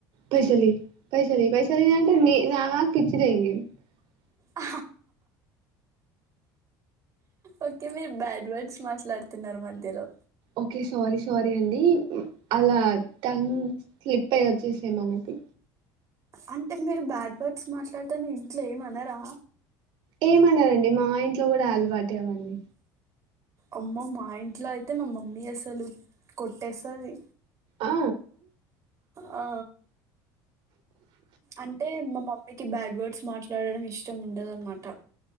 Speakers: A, on the right (about 65°); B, on the right (about 35°).
A: పైసలి పైస లి పైస లి అంటే నే నాకు పిచ్చి! !!!!!!!!
B: ఆ ఓకే మీరు బ్యాడ్ వర్డ్స్ మాట్లాడుతున్నారు మధ్యలో
A: ఓకే స్వారీ స్వారీ అండి అలా టంగ్ స్లిప్ అయి వచ్చేసి ఏమో మే బి
B: అంటే మీరు బ్యాడ్ వర్డ్స్ మాట్లాడితే మీ ఇంట్లో ఏమనరా
A: ఏమన రండి మా ఇంట్లో కూడా అలవాటే అవన్నీ
B: అమ్మో మా ఇంట్లో అయితే మా మమ్మీ అసలు కొట్టేస్తది
A: ఆ
B: ఆ అంటే మా మమ్మీ కి బ్యాడ్ వర్డ్స్ మాట్లాడటడం ఇష్టం ఉండదన్నమాట